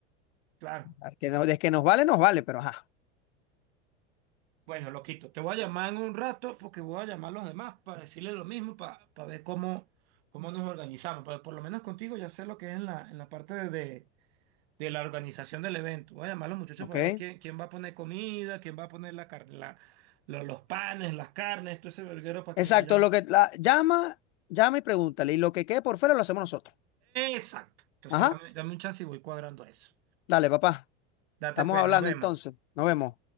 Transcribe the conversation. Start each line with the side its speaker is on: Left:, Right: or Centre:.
Right: claro.
Left: Ah, Que no, de que nos vale, nos vale, pero ajá,
Right: Bueno, loquito Te voy a llamar en un rato porque voy a llamar a los demás para decirles lo mismo, para, para ver cómo, cómo nos organizamos. Pero por lo menos contigo ya sé lo que es en la, en la parte de, de- de la organización del evento. Voy a llamar a los muchachos
Left: ¿ok?
Right: para ver quién, quién va a poner comida, quién va a poner la, car- la- lo- los panes, las carnes, todo ese verguero para que
Left: Exacto,
Right: vayan.
Left: lo que la, llama, llama y pregúntale, y lo que quede por fuera lo hacemos nosotros.
Right: Exacto. Entonces
Left: Ajá,
Right: dame, dame un chance y voy cuadrando eso.
Left: dale, papá,
Right: Date
Left: estamos
Right: pues,
Left: hablando
Right: nos vemos.
Left: entonces, nos vemos.